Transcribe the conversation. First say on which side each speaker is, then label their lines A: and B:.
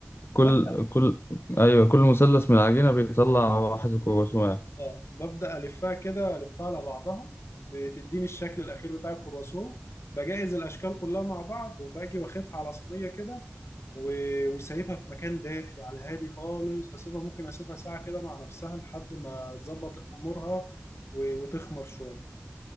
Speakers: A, on the left (about 60°); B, on the left (about 80°).
A: كل
B: ببدا
A: كل أيوة كل مثلث من العجينة بيطلع واحد كرواسون
B: اه ببدا الفها كده الفها على بعضها بتديني الشكل الاخير بتاع الكرواسون بجهز الاشكال كلها مع بعض وباجي واخدها على صينيه كده و- وسايبها في مكان دافي على هادي خالص اسيبها ممكن اسيبها ساعة كده مع نفسها لحد ما تظبط امورها و- وتخمر شوية